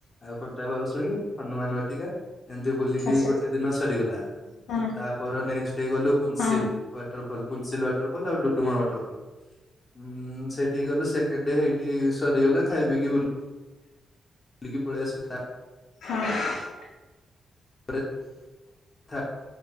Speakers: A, on the left; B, on the left.
A: ଆଉ କଟା ବାଉଁଶୁଣୀ ହନୁମାନ ବାଟିକା। ଏମତି ବୁଲିକି
B: ଆଚ୍ଛା
A: ଗୋଟେ ଦିନ ସରିଗଲା,
B: ହୁଁ।
A: ତା ପର ନେକ୍ସ ଡେ ଗଲୁ ପୁନ୍ସିଲ
B: ହଁ
A: ୱାଟରଫଲ ପୁନ୍ସିଲ ୱାଟରଫଲ ଆଉ ଡୁଡୁମା ୱାଟରଫଲ୍। ହୁଁ ସେଠିକି ଗଲୁ ସେକେଣ୍ଡ ଡେ ହେଇଠି ସରିଗଲା ଖାଇ ପିକି ବୁଲ ବୁଲିକି ପଳେଇ ଆସିଲୁ <unintelligible>
B: <unintelligible>
A: ହରେ ଥା